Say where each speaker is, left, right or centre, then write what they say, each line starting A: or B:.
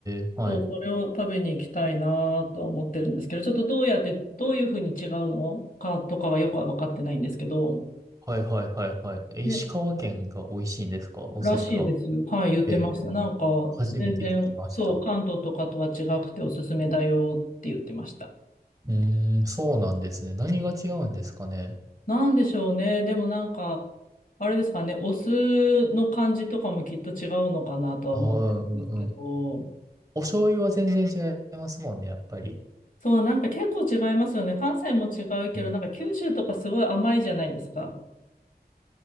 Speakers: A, on the right; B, on the left.
A: えはい。
B: そう、それを食べに行きたいなとは思ってるんですけど、ちょっとどうやって、どういうふうに違うのかとかはよくは分かってないんですけど、
A: はいはいはいはい。え石川県が美味しいんですかお寿司が。
B: ね、らしいですよ。はい、言ってました。
A: ええ初めて聞きました。
B: なんか、全然、そう、
A: う
B: 関東とかとは違くておすすめだよって言ってました。
A: ーん、そうなんですね。何が違うんですかね。
B: なんでしょうね。でもなんか、あれですかね、お酢の感じとかもきっと違うのかなとは思ってるんですけど、
A: ああ、うんうん。お醤油は全然違いますもんね、やっぱり。
B: そう、なんか結構違いますよね。関西も違うけど、
A: うん
B: なんか九州とかすごい甘いじゃないですか。